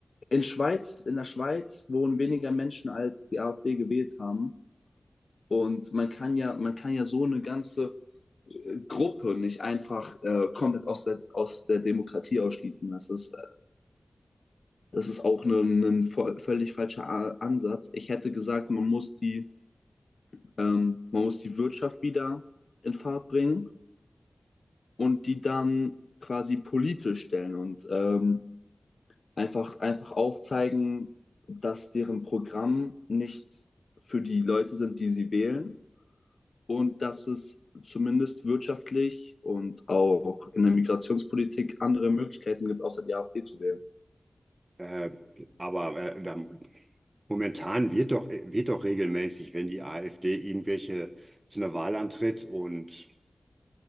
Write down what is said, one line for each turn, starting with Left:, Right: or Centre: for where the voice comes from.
Left: in Schweiz, in der Schweiz wohnen weniger Menschen, als die AfD gewählt haben. Und man kann ja, man kann ja so eine ganze Gruppe nicht einfach äh, komplett aus der, aus der Demokratie ausschließen. Das ist Das ist auch ne, ne, ein völlig falscher A- Ansatz. Ich hätte gesagt, man muss die, ähm, man muss die Wirtschaft wieder in Fahrt bringen und die dann quasi politisch stellen und ähm, einfach, einfach aufzeigen, dass deren Programm nicht für die Leute sind, die sie wählen und dass es zumindest wirtschaftlich und auch in der Migrationspolitik andere Möglichkeiten gibt, außer die AfD zu wählen.
Right: Äh, aber äh, da, momentan wird doch, wird doch regelmäßig, wenn die AfD irgendwelche zu einer Wahl antritt und